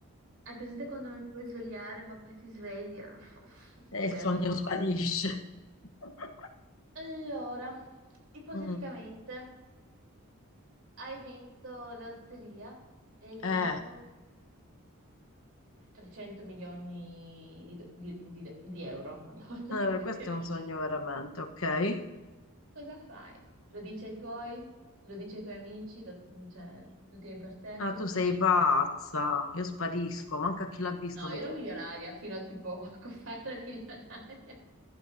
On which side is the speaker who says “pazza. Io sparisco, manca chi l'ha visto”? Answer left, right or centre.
Left